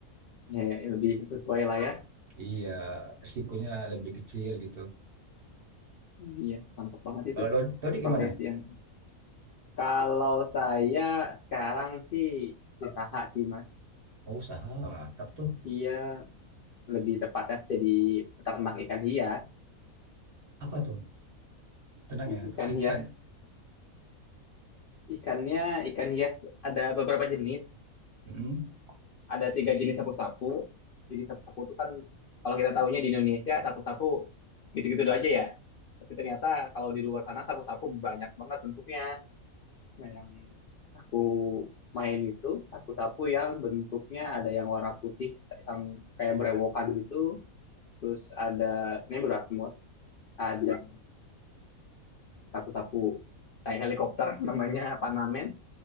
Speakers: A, on the left; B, on the right.
A: Ya, ya lebih sesuai lah ya.
B: iya risikonya lebih kecil gitu
A: Iya mantap banget itu
B: kalau Dod- Dodi
A: profesi
B: gimana
A: yang. Kalau saya sekarang sih usaha sih Mas.
B: oh usaha mantap tuh
A: Iya. lebih tepatnya jadi peternak ikan hias.
B: apa tuh ternaknya
A: Ikan
B: tuh ikan
A: hias, ikannya ikan hias ada beberapa jenis.
B: Mm-mm.
A: Ada tiga jenis sapu-sapu. Jadi sapu-sapu itu kan kalau kita tahunya di Indonesia sapu-sapu gitu-gitu doang aja ya. Tapi ternyata kalau di luar sana sapu-sapu banyak banget bentuknya. Nah yang aku main itu sapu-sapu yang bentuknya ada yang warna putih yang kayak berewokan gitu. Terus ada ini berasmut, ada sapu-sapu kayak helikopter <laughs> namanya Panamens